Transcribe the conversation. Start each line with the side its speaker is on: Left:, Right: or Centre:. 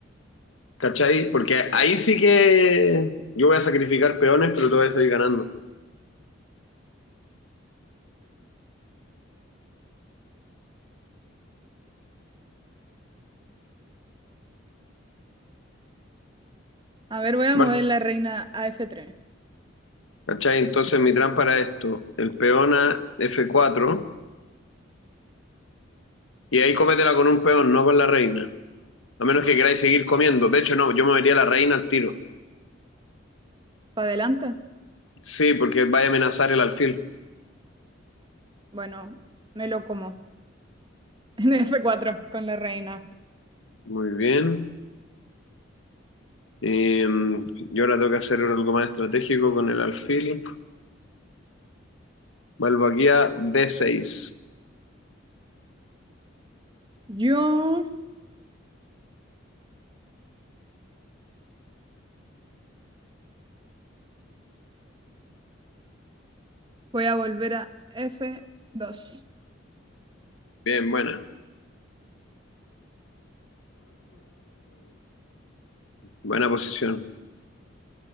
Left: ¿Cachai? Porque ahí sí que yo voy a sacrificar peones, pero tú vas a salir ganando.
Right: A ver, voy a
Left: Bar-
Right: mover la reina a f tres
Left: ¿Cachai? Entonces mi trampa era esto. El peón a F4 y ahí cómetela con un peón, no con la reina. A menos que queráis seguir comiendo. De hecho, no, yo movería la reina al tiro.
Right: ¿Para adelante?
Left: Sí, porque vaya a amenazar el alfil.
Right: Bueno, me lo como. <laughs> En f cuatro con la reina.
Left: Muy bien. Y, mm, y ahora tengo que hacer algo más estratégico con el alfil. Vuelvo aquí a D6.
Right: Yo voy a volver a f dos
Left: Bien, buena. Buena posición.